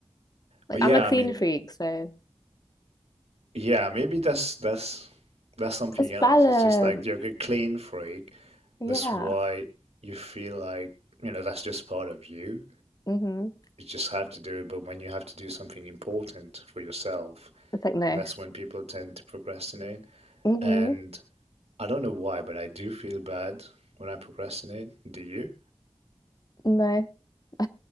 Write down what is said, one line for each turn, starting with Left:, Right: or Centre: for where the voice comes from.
Left: Like
Right: But yeah,
Left: I'm a clean
Right: I mean,
Left: freak, so
Right: Yeah, maybe that's that's that's something
Left: it's
Right: else.
Left: balance.
Right: It's just like you're a clean freak.
Left: Yeah.
Right: That's why you feel like, you know, that's just part of you.
Left: Mm-hmm.
Right: You just have to do it. But when you have to do something important for yourself,
Left: It's like no.
Right: that's when people tend to procrastinate.
Left: Mm-hmm.
Right: And I don't know why, but I do feel bad when I procrastinate. Do you?
Left: No. <laughs>